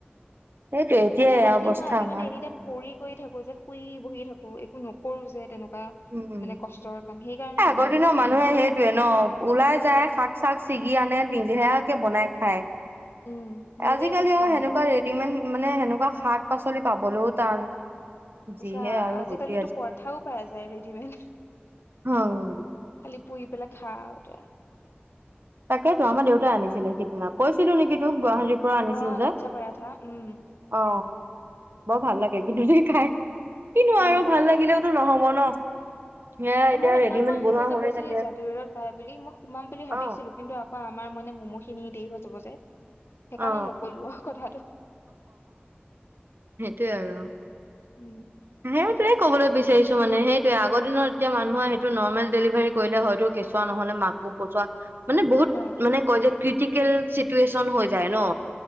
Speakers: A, on the right (about 65°); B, on the left (about 80°).
A: সেইটোৱে এতিয়াই
B: মানে
A: এয়া অৱস্থা
B: কি হয় আমি
A: আমাৰ
B: মানে এনি টাইম পঢ় ই থাকো যে শুই বহি থাকো একো নকৰো যে তেনেকুৱা।
A: উম
B: মানে কষ্টৰ কাম সেইকাৰণে
A: আগৰ
B: আমাৰ
A: দিনৰ
B: বেছি
A: মানুহে
B: বেমাৰ
A: সেইটোয়ে
B: চেমাৰ
A: ন ওলাই যায় শাক-চাক চি- ছিগি আনে নিজেয়াকে বনাই খায়।
B: উম নিজেই
A: আজিকালি
B: চব
A: আৰু
B: কাম
A: সেনেকুৱা
B: কৰে
A: ৰেডিমেড মানে সেনেকা শাক পাচলি পাবলৈও টান। যিহে
B: আচ্ছা
A: আৰু
B: আজিকালি
A: গতি
B: এইটো পৰঠাও পাই আছে ৰেডিমেড,
A: হুম।
B: খালি পুহি পেলাই খা আৰু তই।
A: তাকেইতো আমাৰ দেউতাই আনিছিলে সিদিনা কৈছিলো নেকি চব গুৱাহাটীৰ পৰা আনিছিল
B: অ
A: যে
B: লাচ্ছা পৰাঠা উম
A: অ। বৰ ভাল লাগে কিন্তু দে খাই কিনো
B: উম
A: আৰু ভাল লাগিলেওতো নহব ন। সেয়া
B: এ
A: এতিয়া
B: মই সেইদিনাখন
A: ৰেডিমেড বনোৱা
B: তই যে
A: হৈয়ে
B: কৈছিলো
A: থাকে
B: জাগিৰদত পাই বুলি মই সোমাম বুলি
A: অ
B: ভাবিছিলো। কিন্তু আকৌ আমাৰ মানে মমোখিনি দেৰি হৈ যাব যে সেইকাৰণে
A: অ
B: নকলো আৰু কথাটো।
A: সেইটোয়ে আৰু
B: উম
A: সেইটোৱে কবলে বিচাৰিছো মানে সেইটোয়ে আগৰ দিনত যেতিয়া মানুহৰ সেইটো নৰ্মেল ডেলিভাৰী কৰিলে হয়তো কেঁচুৱা নহলে মাকো পছোৱা মানে বহুত
B: অ
A: মানে কয় যে ক্ৰিটিকেল চিটুৱেচন হৈ যায় ন